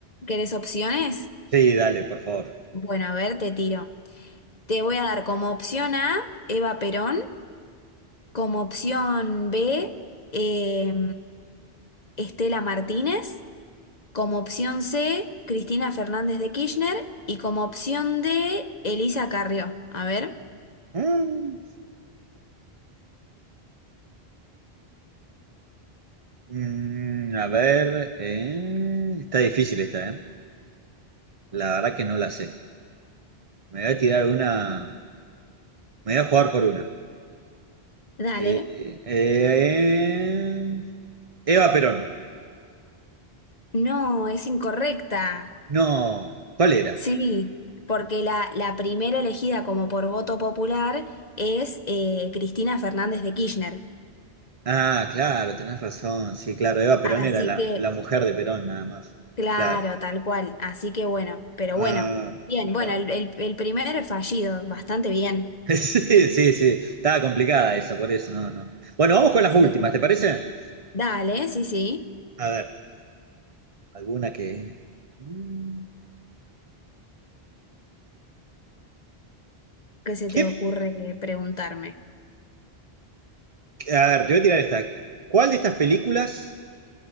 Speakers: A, on the left (about 40°); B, on the right (about 35°).
A: querés opciones?
B: Sí, dale, por favor.
A: Bueno, a ver, te tiro. Te voy a dar como opción A, Eva Perón, como opción B, eh, Estela Martínez, como opción C, Cristina Fernández de Kirchner y como opción D, Elisa Carrió. A ver,
B: Mm. Mm, a ver, eh, está difícil esta, ¿eh? La verdad que no la sé. Me voy a tirar una, me voy a jugar por una.
A: dale.
B: Eh, eh, eh, Eva Perón.
A: No, es incorrecta.
B: No, ¿cuál era?
A: Sí, porque la, la primera elegida como por voto popular es eh, Cristina Fernández de Kirchner.
B: Ah, claro, tenés razón. Sí, claro, Eva Perón
A: Así
B: era la,
A: que,
B: la mujer de Perón, nada más.
A: claro,
B: Claro.
A: tal cual. Así que bueno, pero
B: Ah,
A: bueno, bien, bueno,
B: bueno.
A: el, el-
B: <laughs>
A: el primer fallido, bastante bien.
B: Sí, sí, sí. Estaba complicada esa, por eso no, no. Bueno, vamos con las
A: Sí,
B: últimas,
A: sí.
B: ¿te parece?
A: Dale, sí, sí.
B: A ver, alguna que. Mm,
A: ¿Qué se
B: ¿Qué?
A: te ocurre preguntarme?
B: A ver, te voy a tirar esta. ¿Cuál de estas películas